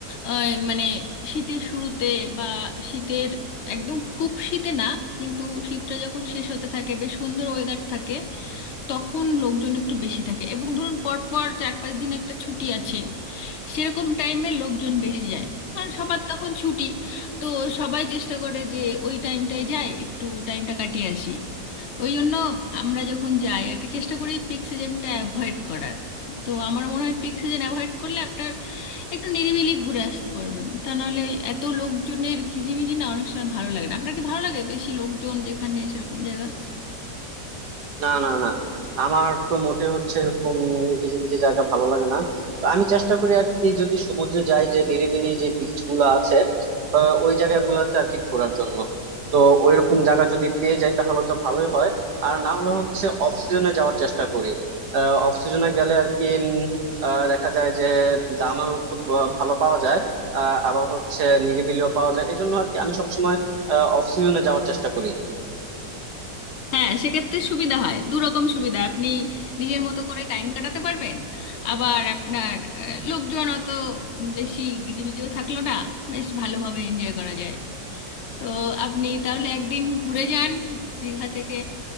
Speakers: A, on the left; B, on the right.
A: আহ, মানে শীতের শুরুতে বা শীতের একদম খুব শীতে না কিন্তু শীতটা যখন শেষ হতে থাকে বেশ সুন্দর ওয়েদার থাকে তখন লোকজন একটু বেশি থাকে এবং ধরুন পরপর চার পাঁচ দিন একটা ছুটি আছে সেরকম টাইমে লোকজন বেশি যায় কারণ সবার তখন ছুটি তো সবাই চেষ্টা করে যে ওই টাইমটায় যায় একটু টাইমটা কাটিয়ে আসি ওই জন্য আমরা যখন যাই আর কি চেষ্টা করি পিক সিজনটা অ্যাভয়েড করার তো আমার মনে হয় পিক সিজন অ্যাভয়েড করলে আপনার একটু নিরিবিলি ঘুরে আসতে পারবেন তা নাহলে ওই এত লোকজনের ঘিজিমিজি না অনেক সময় ভালো লাগে না আপনার কি ভালো লাগে বেশি লোকজন যেখানে সেরকম জায়গা
B: না না না আমার তো মোটে হচ্ছে এরকম ভিজে ভিজে জায়গা ভালো লাগে না তো আমি চেষ্টা করি আর কি যদি সমুদ্রে যাই যে নিরিবিলি যে বিচ গুলা আছে আহ, ওই জায়গাগুলোতে আর কি ঘোরার জন্য তো ওইরকম জায়গা যদি পেয়ে যাই তাহলে তো ভালোই হয় আর না হলে হচ্ছে অফ সিজনে যাওয়ার চেষ্টা করি অফ সিজনে গেলে আর কি উম, আহ, দেখা যায় যে দামও একটু ব- ভালো পাওয়া যায় আহ, আবার হচ্ছে নিরিবিলিও পাওয়া যায় এজন্য আর কি আমি সবসময় অফ সিজনে যাওয়ার চেষ্টা করি
A: হ্যাঁ সেক্ষেত্রে সুবিধা হয় দু রকম সুবিধা আপনি নিজের মতো করে টাইম কাটাতে পারবেন আবার আপনার আহ, লোকজন অত বেশি গিজিবিজিও থাকলো না বেশ ভালোভাবে এনজয় করা যায় তো আপনি তাহলে একদিন ঘুরে যান দীঘা থেকে